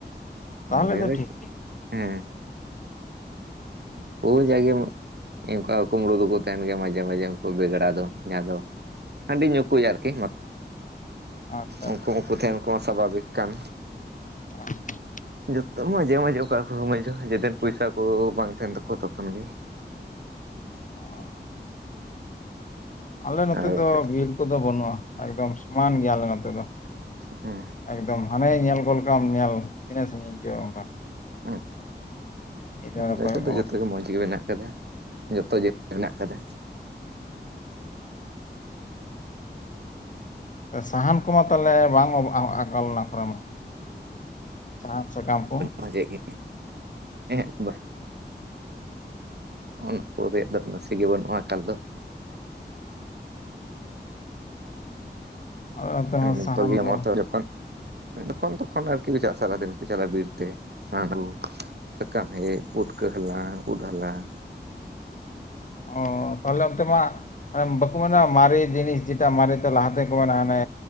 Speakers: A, on the left; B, on the right.
A: ᱛᱟᱦᱚᱞᱮ
B: ᱧᱤᱫᱳ ᱫᱚ
A: ᱴᱷᱤᱠ
B: ᱪᱮᱫ
A: ᱜᱮᱭᱟ
B: ᱦᱮ᱾ ᱠᱩ
A: ᱟᱪᱪᱷᱟ
B: ᱡᱟᱭᱜᱮᱢᱼᱼ ᱩᱠᱟ ᱠᱩᱢᱲᱩ ᱫᱚᱠᱚ ᱛᱟᱦᱮᱱ ᱜᱮᱭᱟ ᱢᱟᱡᱷᱮ ᱢᱟᱡᱷᱮ ᱩᱱᱠᱩ ᱵᱮᱜᱽᱲᱟ ᱫᱚ ᱡᱟᱦᱟᱸ ᱫᱚ ᱦᱟᱺᱰᱤ ᱧᱩᱠᱩᱡᱽ ᱟᱨᱠᱤᱼᱼ
A: ᱟᱪᱪᱷᱟ
B: ᱩᱱᱠᱩ ᱩᱱᱠᱩ ᱛᱮ ᱩᱱᱠᱩ ᱦᱚ ᱥᱟᱵᱷᱟᱵᱤᱠ ᱠᱟᱱᱼᱼ
A: ᱦᱮᱸ᱾
B: ᱡᱚᱛᱚ ᱢᱟᱡᱷᱮ ᱢᱟᱡᱷᱮ ᱚᱠᱟ ᱠᱚ ᱥᱩᱢᱳᱡ ᱡᱮᱫᱤᱱ ᱯᱚᱭᱥᱟ ᱠᱩ ᱵᱟᱝ ᱛᱟᱦᱮᱱ ᱛᱟᱠᱚᱣᱟ ᱛᱚᱠᱷᱚᱱ ᱜᱤᱼᱼ
A: ᱚᱹᱼᱼ ᱟᱞᱮ ᱱᱚᱛᱮ
B: ᱟᱨ ᱵᱟᱠᱷᱟᱡ
A: ᱫᱚ ᱵᱤᱨ ᱠᱚᱫᱚ ᱵᱟᱹᱱᱩᱜᱼᱟ ᱮᱠᱫᱚᱢ ᱥᱚᱢᱟᱱ ᱜᱮᱭᱟ ᱞᱮ ᱱᱚᱛᱮ ᱫᱚᱼᱼ
B: ᱦᱮᱸ᱾
A: ᱮᱠᱫᱚᱢ ᱦᱟᱱᱮ ᱧᱮᱞ ᱜᱚᱞ ᱠᱟᱢ ᱧᱮᱞ ᱛᱤᱱᱟᱹᱜ ᱥᱟᱺᱜᱤᱧ ᱪᱚ ᱚᱱᱠᱟ
B: ᱦᱩᱸ,
A: ᱢᱤᱫ ᱫᱷᱟᱣᱮ
B: ᱟᱞᱮ
A: ᱠᱚᱭᱚᱜ
B: ᱥᱮᱫ ᱫᱚ
A: ᱜᱚᱫ
B: ᱡᱚᱛᱚ
A: ᱠᱟᱢ
B: ᱜᱮ ᱢᱚᱡᱽ ᱜᱮ ᱢᱮᱱᱟᱜ ᱛᱟᱞᱮᱭᱟ, ᱡᱚᱛᱚ ᱡᱟᱹᱛ ᱢᱮᱱᱟᱜ ᱠᱟᱫᱟ᱾
A: ᱟ ᱥᱟᱦᱟᱱ ᱠᱚᱢᱟ ᱛᱟᱦᱚᱞᱮ ᱵᱟᱝ ᱚᱵ ᱟᱜᱟᱞ ᱚᱱᱟ ᱠᱚᱨᱮ ᱢᱟ? ᱥᱟᱦᱟᱱ ᱥᱟᱠᱟᱢ ᱠᱚ
B: ᱢᱚᱡᱮᱜ ᱜᱤ, ᱮᱸ ᱦᱮᱸᱜ ᱵᱟ ᱚᱱᱟᱜ ᱠᱚ ᱨᱮᱭᱟᱜ ᱫᱚ ᱱᱟᱥᱤ ᱜᱤ ᱵᱟᱹᱱᱩᱜᱼᱟ ᱟᱠᱟᱞ ᱫᱚ᱾
A: ᱟᱞᱮ ᱱᱚᱛᱮ ᱦᱚᱸ
B: ᱟᱨ ᱱᱤᱛᱚᱜ
A: ᱥᱟᱦᱟᱱ
B: ᱜᱤ ᱟᱢᱟᱛᱚ
A: ᱫᱚ
B: ᱡᱚᱠᱷᱚᱱ ᱡᱚᱠᱷᱚᱱ ᱛᱚᱠᱷᱚᱱ ᱟᱨᱠᱤ ᱠᱩ ᱪᱟ ᱥᱟᱨᱟᱫᱤᱱ ᱠᱚ ᱪᱟᱞᱟᱜᱼᱟ ᱵᱤᱨᱛᱮ ᱥᱟᱦᱟᱱ ᱟᱹᱜᱩ᱾ ᱥᱟᱠᱟᱢ ᱦᱮᱸᱡ ᱯᱩᱴᱠᱟᱹ ᱦᱟᱞᱟᱝ ᱩᱫ ᱦᱟᱞᱟᱝ᱾
A: ᱚ ᱛᱟᱦᱚᱞᱮ ᱚᱱᱛᱮ ᱢᱟ ᱚᱱᱮ ᱵᱟᱹᱠᱩ ᱢᱮᱱᱟ ᱢᱟᱨᱮ ᱡᱤᱱᱤᱥ ᱡᱮᱴᱟ ᱢᱟᱨᱤ ᱛᱮ ᱞᱟᱦᱟᱛᱮ ᱠᱚ ᱢᱮᱱᱟ ᱦᱟᱱᱮ